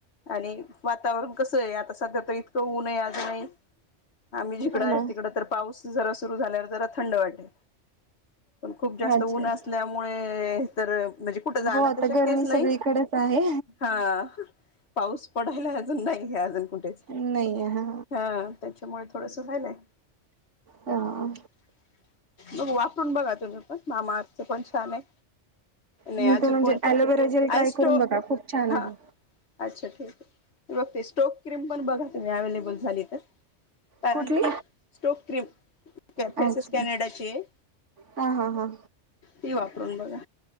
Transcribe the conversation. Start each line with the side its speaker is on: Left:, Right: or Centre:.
Left: आणि वातावरण कस आहे आता? सध्या तर इतकं ऊने आज नाही आम्ही जिकडं
Right: हो
Left: आहे,
Right: ना
Left: तिकड तर पाऊस जरा सुरू झाल्यावर जरा थंड वाटेल. पण खूप जास्त
Right: अच्छा
Left: ऊन
Right: अच्छा
Left: असल्यामुळे तर म्हणजे कुठं जाणं
Right: हो आता
Left: तर शक्यच
Right: गरमी
Left: नाही.
Right: सगळीकडेच आहे
Left: हा. पाऊस पडायला अजून नाही घ अजून- कुठेच,
Right: नाही हा
Left: हा त्याच्यामुळे थोडस व्हायलाय.
Right: हा.
Left: बग वापरून बघा तुम्ही पण माम आचे पण छान आहे. नाही
Right: मी
Left: अजून
Right: ते म्हणजे
Left: कोणतं
Right: अलोवेरा जेल ट्राय
Left: आयस्टो
Right: करून बघा खूप छान
Left: हा
Right: आहे.
Left: अच्छा ठीक आहे बघते स्टोक क्रीम पण बघा तुम्ही अवे्लेबल झाली तर. कारण
Right: कुठली?
Left: ती स्टोक क
Right: अच्छा
Left: फेसेस कॅनेडाची आहे.
Right: हा हा हा.
Left: ती वापरून बघा